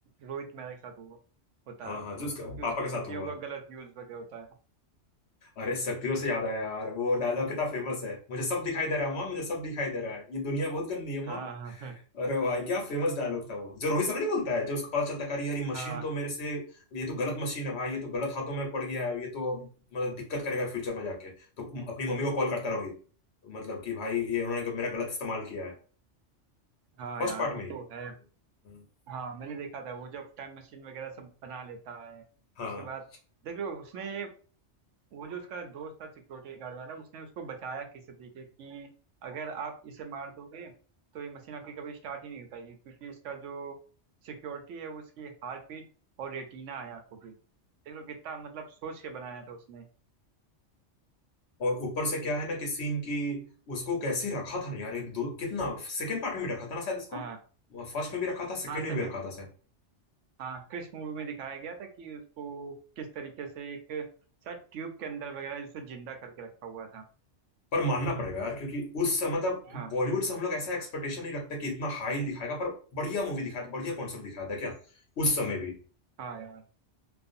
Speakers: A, on the right; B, on the left.
A: रोहित मेहरा के साथ हो, होता
B: हाँ
A: है
B: हाँ जो उसका
A: कि
B: पापा
A: उसकी
B: के
A: शक्तियों
B: साथ हुआ
A: का गलत यूज वगैरह होता है
B: अरे शक्तियों से याद आया यार वो डायलॉग कितना फेमस है मुझे सब दिखाई दे रहा है माँ मुझे सब दिखाई दे रहा है ये दुनिया बहुत गंदी है
A: हाँ
B: माँ
A: हाँ
B: अरे भाई क्या फेमस डायलॉग था वो जो रोहित शर्मा नहीं बोलता है जब उसको पता चलता है कि अरे यार ये मशीन
A: हाँ
B: तो मेरे से ये तो गलत मशीन है भाई ये तो गलत हाथों में पड़ गया है ये तो अब मतलब दिक्कत करेगा फ्यूचर में जाके तो अपनी मम्मी को कॉल करता
A: हाँ
B: है रोहित मतलब कि भाई ये उन्होंने मेरा गलत इस्तेमाल किया है
A: हाँ
B: फर्स्ट
A: यार
B: पार्ट
A: वो
B: में ही।
A: तो है
B: हम्म।
A: हाँ मैंने देखा था वो जब टाइम मशीन वगैरह सब बना लेता है
B: हाँ
A: उसके बाद देख लो उसने वो जो उसका दोस्त था सिक्योरिटी गार्ड वाला उसने उसको बचाया किसी तरीके कि अगर आप इसे मार दोगे तो ये मशीन आपकी कभी स्टार्ट ही नहीं हो पाएगी क्योंकि इसका जो सिक्योरिटी है वो उसकी हार्ट बीट और रेटिना है आंखों की देख लो कितना मतलब सोच के बनाया था उसने
B: और ऊपर से क्या है ना कि सीन की उसको कैसे रखा था ना यार एक दो कितना सेकंड पार्ट में भी रखा था ना शायद इसको
A: हाँ
B: फर्स्ट में भी रखा था सेकंड
A: हाँ
B: में
A: सेकंड
B: भी रखा था
A: हाँ क्रिस मूवी में दिखाया गया था कि उसको किस तरीके से एक शायद ट्यूब के अंदर वगैरह जिसे जिंदा करके रखा हुआ था
B: पर मानना पड़ेगा यार क्योंकि उस समय मतलब
A: हाँ
B: बॉलीवुड से हम लोग ऐसा एक्सपेक्टेशन नहीं रखते कि इतना हाई दिखाएगा पर बढ़िया मूवी दिखाया था बढ़िया कॉन्सेप्ट दिखाया था क्या उस समय भी
A: हाँ यार